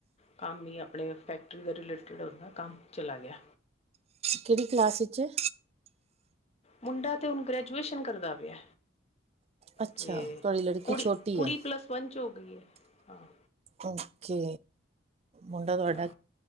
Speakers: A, on the left; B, on the right.
A: ਕੰਮ ਹੀ ਆਪਣੇ ਫੈਕਟਰੀ ਦੇ ਰਿਲੇਟਿਡ ਉਹਦਾ ਕੰਮ ਚਲਾ ਗਿਆ,
B: ਕਿਹੜੀ ਕਲਾਸ ਚ,
A: ਮੁੰਡਾ ਅਤੇ ਹੁਣ ਗ੍ਰੈਜੂਏਸ਼ਨ ਕਰਦਾ ਪਿਆ।
B: ਅੱਛਾ
A: ਤੇ
B: ਤੁਹਾਡੀ ਲੜਕੀ,
A: ਕੁੜੀ
B: ਛੋਟੀ
A: ਕੁੜੀ
B: ਹੈ
A: ਪਲੱਸ ਵਨ ਚ ਹੋ ਗਈ ਹੈ। ਹਾ,
B: ਓਕੇ, ਮੁੰਡਾ ਤੁਹਾਡਾ,
A: ਹਾਂ